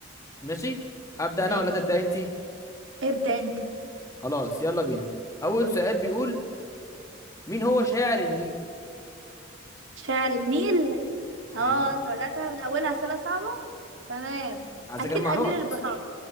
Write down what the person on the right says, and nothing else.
ماشي
ابدا انت
شاعر النيل اه
انت بداتها من اولها اسئله صعبه تمام
اكيد
امير
البحار